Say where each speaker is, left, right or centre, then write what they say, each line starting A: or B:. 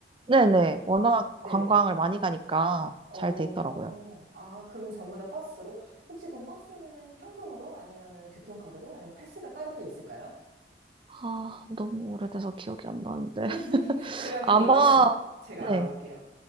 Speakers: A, on the right; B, on the right.
A: 네네. 워낙
B: 네.
A: 관광을 많이 가니까
B: 어,
A: 잘 돼 있더라고요.
B: 아, 그럼 전부 다 버스로? 혹시 그럼 버스는 현금으로? 아니면은 교통카드로? 아니면 패스가 따로 또 있을까요?
A: 아, 너무 오래돼서 기억이 안 나는데.
B: <laughs>
A: <laughs>
B: 그러면
A: 아마,
B: 이거는 제가
A: 네.
B: 알아볼게요.